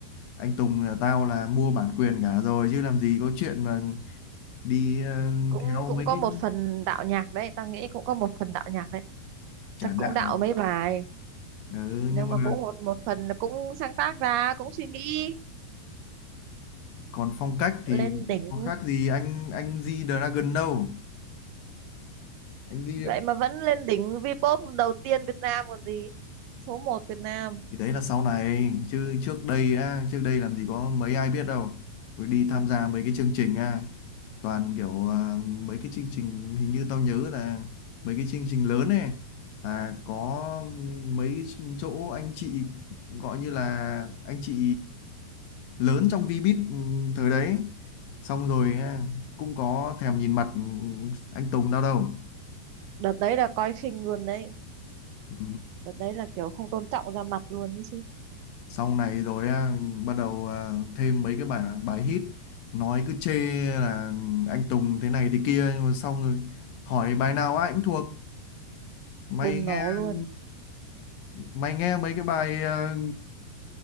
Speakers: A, on the left (about 70°); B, on the right (about 75°).
A: anh Tùng là tao là mua bản quyền cả rồi chứ làm gì có chuyện mà đi ờ,
B: cũng
A: theo
B: cũng
A: mấy
B: có
A: cái
B: một phần đạo nhạc đấy tao nghĩ cũng có một phần đạo nhạc đấy
A: trả
B: chắc cũng
A: đạo
B: đạo mấy bài
A: ừ,
B: nhưng
A: nhưng mà
B: mà cũng một một phần là cũng sáng tác ra cũng suy nghĩ
A: còn phong cách thì
B: lên đỉnh
A: có khác gì anh anh G Dragon đâu anh G
B: vậy mà vẫn lên đỉnh Vpop đầu tiên Việt Nam còn gì số một Việt Nam
A: thì đấy là sau này chứ trước đây á trước đây làm gì có mấy ai biết đâu rồi đi tham gia mấy cái chương trình á toàn kiểu ờ, mấy cái chương trình hình như tao nhớ là mấy cái chương trình lớn này là có mấy cái chỗ anh chị gọi như là anh chị lớn trong Vbiz ừ, thời đấy xong rồi á, cũng có thèm nhìn mặt ừ, anh Tùng tao đâu
B: đợt đấy là coi khinh luôn đấy
A: ừ.
B: đợt đấy là kiểu không tôn trọng ra mặt luôn đấy chứ
A: xong này rồi á, bắt đầu à, thêm mấy cái bài bài hit nói cứ chê là anh Tùng thế này thế kia nhưng mà xong rồi hỏi bài nào ai cũng thuộc mày
B: bùng nổ
A: nghe
B: luôn
A: ừ, mày nghe mấy cái bài ờ,